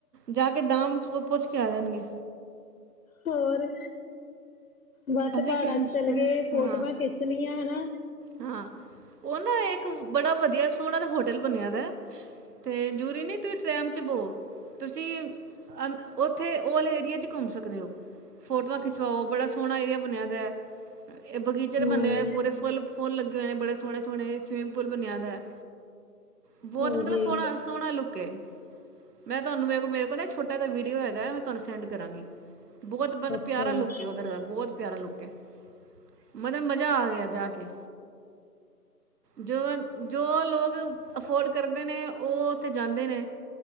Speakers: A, on the right (about 75°); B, on the left (about 60°).
A: ਜਾ ਕੇ ਦਾਮ ਪੁੱਜ ਕੇ ਆ ਜਾਣਗੇ
B: ਹੋਰ ਬਸ
A: ਅਸੀਂ
B: ਪਹਾੜਾਂ
A: ਕਿ ਹਾਂ
B: ਚ ਚਲੇ ਗਏ ਫੋਟੋਆਂ ਖਿੱਚ ਲਈਆਂ ਹਨਾ ਹਾਂ
A: ਹਾਂ ਉਹ ਨਾ ਇੱਕ ਬੜਾ ਵਧੀਆ ਸੋਨਾਂ ਦਾ ਹੋਟਲ ਬਣਿਆ ਦਾ ਅਤੇ ਜੂਰੀ ਨਹੀਂ ਤੁਸੀਂ ਟ੍ਰੈਮ 'ਚ ਬੋੋ ਤੁਸੀਂ ਅ ਉੱਥੇ ਉਹ ਵਾਲੇ ਏਰੀਏ 'ਚ ਘੁੰਮ ਸਕਦੇ ਹੋ ਫੋਟੋਆਂ ਖਿਚਵਾਓ ਬੜਾ ਸੋਹਣਾ ਏਆ ਬਣਿਆ ਤੇ ਇਹ ਬਗੀਚੇ
B: ਹੂੰ,
A: ਬੰਦੇ ਹੋਏ ਪੂਰੇ ਫੁੱਲ ਫੋਨ ਲੱਗੇ ਹੋਏ ਨੇ ਬੜੇ ਸੋਹਣੇ ਸੋਹਣੇ ਸ ਸਿੰਵਿਮਿੰਗ ਪੂਲ ਬਣਿਆ ਦਾ ਹੈ ਬਹੁਤ
B: ਹਾਂਜੀ
A: ਮਤਲਬ ਸੋਹਣਾ ਸੋਹਣਾ ਲੁੱਕ ਓਕੇ ਮੈਂ ਤੁਹਾਨੂੰ ਮੇਰੇ ਕੋ ਮੇਰੇ ਕੋਲ ਨਾ ਛੋਟਾ ਜਿਹਾ ਵੀਡੀਓ ਹੈਗਾ ਮੈਂ ਤੁਹਾਨੂੰ ਸੈਂਡ ਕਰਾਂਗੀ ਬਹੁਤ ਮਤਲਬ
B: ਅੱਛਾ
A: ਪਿਆਰਾ
B: ਜੀ।
A: ਲੁਕ ਏ ਉਧਰ ਦਾ ਬਹੁਤ ਪਿਆਰਾ ਲੁੱਕ ਹੈ ਮਤਲਬ ਮਜ਼ਾ ਆ ਗਿਆ ਜਾ ਕੇ ਜੋ ਜੋ ਲੋਕਗ ਅਫੋਰਡ ਕਰਦੇ ਨੇ ਉਹ ਉੱਥੇ ਜਾਂਦੇ ਨੇ